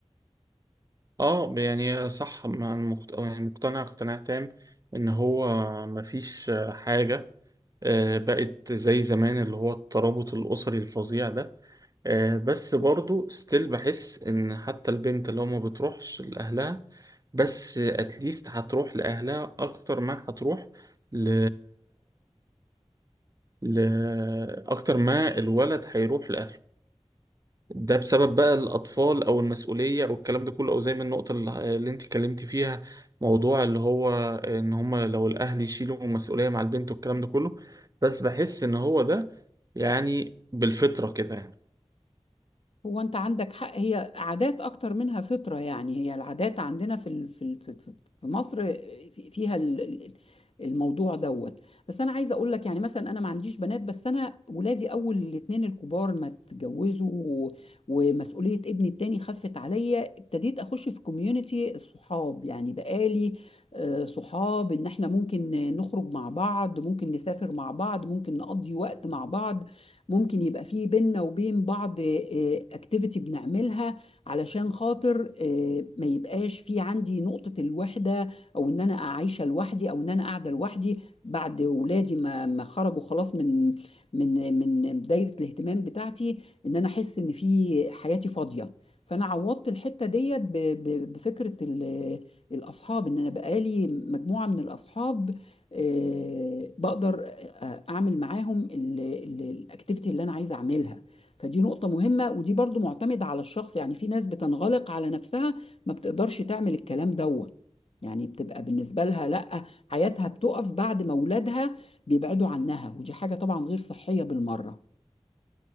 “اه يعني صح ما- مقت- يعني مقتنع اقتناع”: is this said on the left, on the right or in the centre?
Right